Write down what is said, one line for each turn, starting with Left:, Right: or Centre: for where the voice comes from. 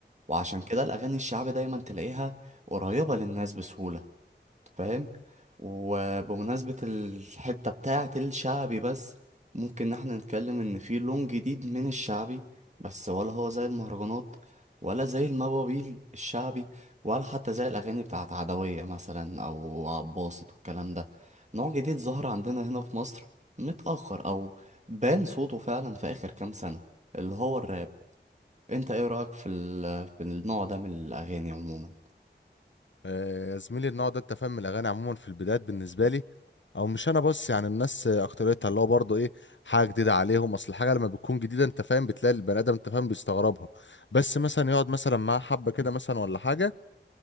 Right: وعشان كده الأغاني الشعبي دايما تلاقيها قريبة للناس بسهولة فاهم وبمناسبة الحتة بتاعة الشعبي بس ممكن إن احنا نتكلم ان في لون جديد من الشعبي بس ولا هو زي المهرجانات ولا زي المواويل الشعبي ولا حتى زي الاغاني بتاعة عدوية مثلا او عباسط والكلام ده نوع جديد ظهر عندنا هنا في مصر متأخر او بان صوته فعلا في اخر كام سنة اللي هو الراب انت ايه رأيك في ال- في النوع ده من الاغاني عموما
Left: آه، يا زميلي النوع ده انت فاهم الاغاني عموما في البدايات بالنسبه لي او مش انا بس يعني الناس آه، اكتريتها اللي هو برضه ايه حاجه جديده عليهم اصل الحاجه لما بتكون جديده انت فاهم بتلاقي البني ادم انت فاهم بيستغربها بس مثلا يقعد مثلا معاه حبه كده مثلا ولا حاجه